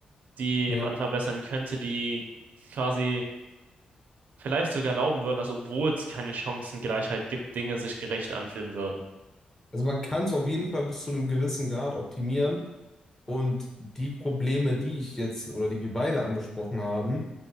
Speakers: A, on the right; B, on the left.
A: die
B: ja.
A: man verbessern könnte, die quasi vielleicht sogar erlauben würden, dass obwohl es keine Chancengleichheit gibt, Dinge sich gerecht anfühlen würden.
B: Also man kann es auf jeden Fall bis zu einem gewissen Grad optimieren. Und die Probleme, die ich jetzt oder die wir beide angesprochen haben,